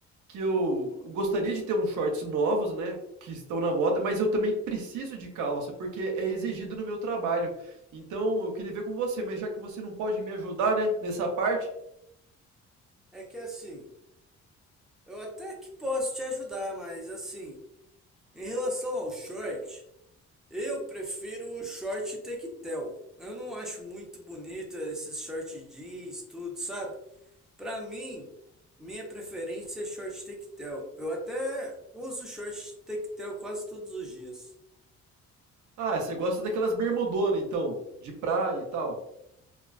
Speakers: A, on the right (about 75°); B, in the centre.
A: que eu gostaria de ter uns shorts novos, né? Que estão na moda, mas eu também preciso de calça, porque é exigido no meu trabalho. Então eu queria ver com você, mas já que você não pode me ajudar, né, nessa parte.
B: É que assim, eu até que posso te ajudar, mas assim, em relação ao short, Eu prefiro o short tectel. Eu não acho muito bonito esses short jeans, tudo, sabe? Pra mim, minha preferência é short tectel. Eu até uso short tectel quase todos os dias.
A: Ah, você gosta daquelas bermudonas, então, de praia e tal.